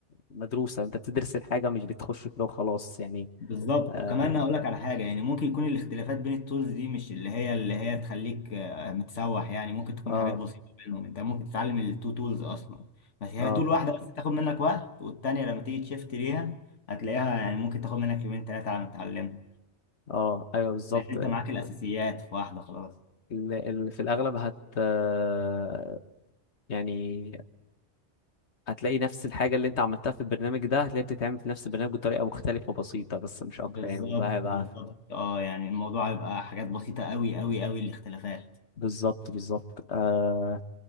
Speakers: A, on the left (about 70°); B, on the left (about 85°).
A: مدروسة انت بتدرس الحاجة مش بتخش كده وخلاص يعني
B: بالظبط
A: اه
B: وكمان اقول لك على حاجه يعني ممكن يكون الاختلافات بين التولز دي مش اللي هي اللي هي تخليك آه، متسوح يعني ممكن تكون
A: اه
B: حاجات بسيطه بينهم انت ممكن تتعلم التو تولز اصلا بس هي
A: اه,
B: تول واحده بس تاخد منك وقت والتانيه لما تيجي تشفت ليها هتلاقيها يعني ممكن تاخد منك يومين ثلاثه على ما تتعلمها
A: آه. ايوه بالظبط
B: لان انت
A: ال...
B: معاك الاساسيات في واحده خلاص
A: ال... في الاغلب هت آه، يعني هتلاقي نفس الحاجة اللي انت عملتها في البرنامج ده هتلاقيها بتتعمل في نفس البرنامج بطريقة مختلفة بسيطة بس مش اكتر
B: بالظبط
A: يعني وده هيبقى
B: بالظبط اه يعني الموضوع هيبقى حاجات بسيطه قوي قوي قوي الاختلافات
A: بالظبط بالظبط آه